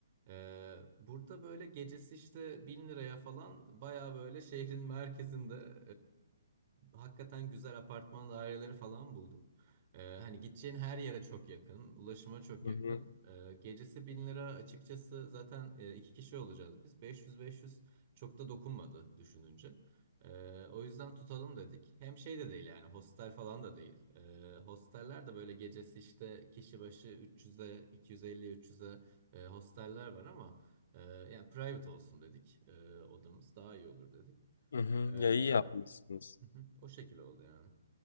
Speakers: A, on the right; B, on the left.
A: E, burada böyle gecesi işte 1000 liraya falan baya böyle şehrin merkezinde e, hakikaten güzel apartman daireleri falan bulduk. Ee, hani gideceğin her yere çok yakın, ulaşıma çok
B: Hı
A: yakın.
B: hı.
A: Ee, gecesi 1000 lira açıkçası zaten e, iki kişi olacağız biz. beş yüz beş yüz çok da dokunmadı düşününce. Ee, o yüzden tutalım dedik. Hem şey de değil yani hostel falan da değil. Ee, hosteller de böyle gecesi işte kişi başı 300'e, 250-300'e e, hosteller var ama e, yani private olsun dedik. E, odamız daha iyi olur dedik.
B: Hı hı.
A: Ee, <laughs> hı
B: Ya iyi yapmışsınız.
A: hı, o şekilde oldu yani.